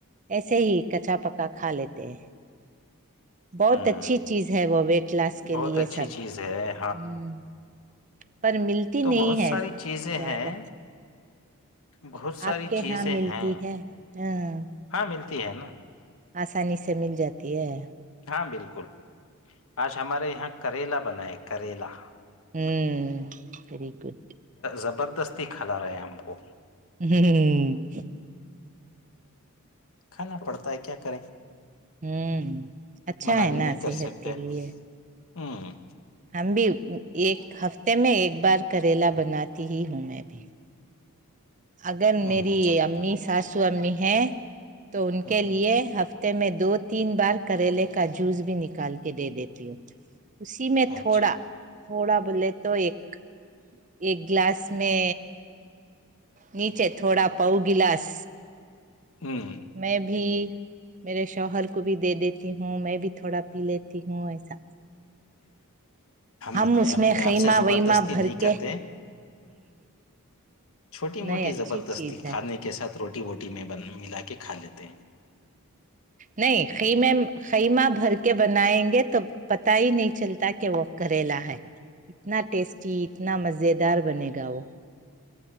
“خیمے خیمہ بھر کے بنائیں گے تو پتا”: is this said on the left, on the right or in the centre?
Right